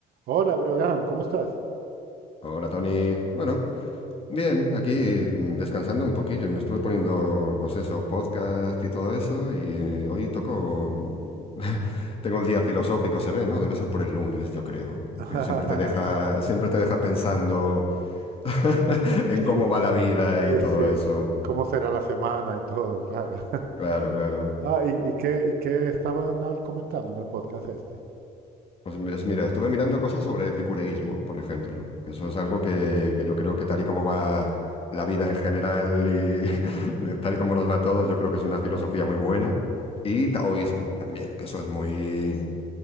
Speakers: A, on the right; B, on the left.
A: Hola, Brogan, ¿cómo estás?
B: Hola Tony. Bueno, bien, aquí mm, descansando un poquillo. Me estuve poniendo, pues eso, podcast y todo eso. Y hoy toco. <laughs> Tengo el día filosófico, se ve, ¿no? Debe ser por el lunes, yo creo.
A: <laughs>
B: Que siempre te deja, siempre te deja pensando <laughs> en cómo
A: Sí,
B: va la vida y
A: eh,
B: todo
A: sí.
B: eso.
A: ¿Cómo será la semana y todo? Claro. <laughs>
B: Claro, claro.
A: Ah, ¿y, y qué, y qué estaban hab- comentando en el podcast este?
B: Pues mi- es- mira, estuve mirando cosas sobre epicureísmo, por ejemplo, que eso es algo que, que yo creo que tal y como va la vida en general y <laughs> de tal y como nos va a todos, yo creo que es una filosofía muy buena. Y taoísmo también, que eso es muy,